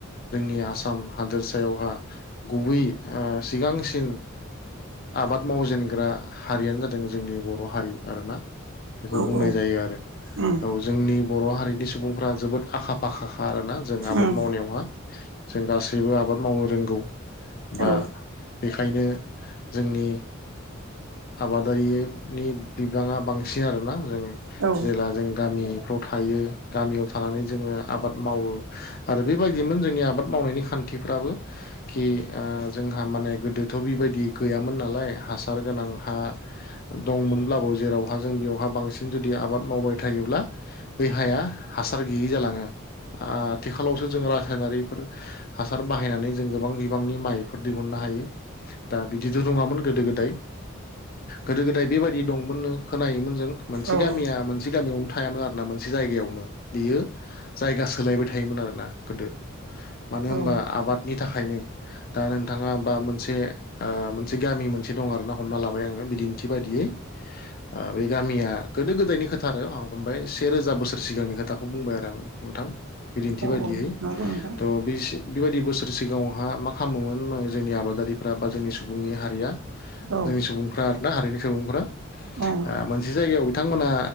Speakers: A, on the left; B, on the right.
A: जोंनि आसाम हादोरसायावहा गुबै सिगांसिन आबाद मावजेनग्रा हारियानो जादों जोंनि बर' हारि आरोना बेखौ
B: औ
A: बुंनाय
B: औ
A: जायो आरो
B: उम
A: औ जोंनि बर' हारिनि सुबुंफोरा जोबोद आखा फाखा आरोना जों आबाद
B: उम
A: मावनायावहा जों गासैबो आबाद मावनो रोंगौ बा
B: औ
A: बेखायनो जोंनि आबादारिनि बिबाङा बांसिन आरोना जों
B: औ
A: जेब्ला जों गामिफ्राव थायो गामियाव थानानै जोङो आबाद मावो आरो बेबायदिमोन जोंनि आबाद मावनायनि खान्थिफ्राबो कि जोङो जोंहा माने गोदोथ' बिबायदि गैयामोन नालाय हासार गोनां हा दंमोनब्लाबो जेरावहा जों बेयावहा बांसिन जुदि आबाद मावबाय थायोब्ला बे हाया हासार गैयै जालाङो आथिखालावसो जों रासायनारिफोर हासार बाहायनानै जों गोबां बिबांनि माइफोर दिहुन नो हायो दा बिदिथ' रोङामोन गोदो गोदाय गोदो गोदाय बेबायदि दंमोननो खोनायोमोन जों मोनसे
B: औ
A: गामिया मोनसे गामियावनो थायामोन आरो ना मोनसे जायगायावनो बियो जायगा सोलायबाय थायोमोन आरोना गोदो मानो होनबा
B: औ
A: आबादनि थाखायनो दा नोंथाङा बा मोनसे मोनसे गामि मोनसे दं आर ना हमना लाबाय आङो बिदिन्थि बायदि बि बे गामिया गोदो गोदायनि खोथा आरो आं हमबाय से रोजा बोसोर सिगांनि खोथाखौ बुंबाय आरो आं नोंथां बिदिन्थि
B: औ
A: बायदियै
B: नंगौ नोंथां
A: थ' बि बेबायदि बोसोर सिगाङावहा मा खालामोमोन जोंनि आबादारिफ्रा बा जोंनि सुबुंनि हारिया
B: औ
A: जोंनि सुबुंफ्रा आरोना हारिनि सुबुंफ्रा
B: उम
A: मोनसे जायगायाव बिथांमोना